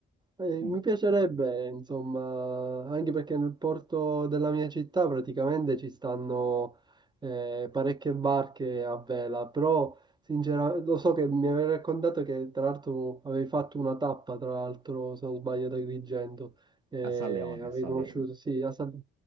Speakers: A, on the right; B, on the right.
A: Eh,
B: Mm.
A: mi piacerebbe, insomma, anche perché nel porto della mia città praticamente ci stanno eh, parecchie barche a vela, però sinceramente lo so che mi avevi raccontato che tra l'altro avevi fatto una tappa, tra l'altro se non sbaglio, ad Agrigento, eh,
B: A San Leone,
A: avevi
B: a San
A: conosciuto,
B: Leone.
A: sì, a San-